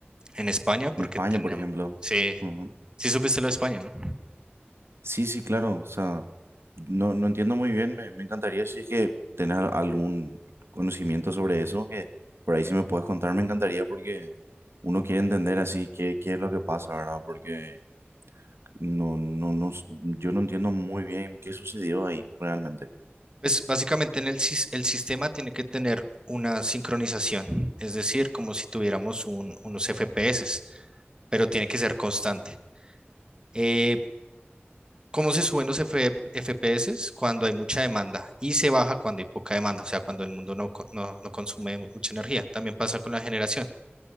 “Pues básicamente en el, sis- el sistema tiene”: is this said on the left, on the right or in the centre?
Right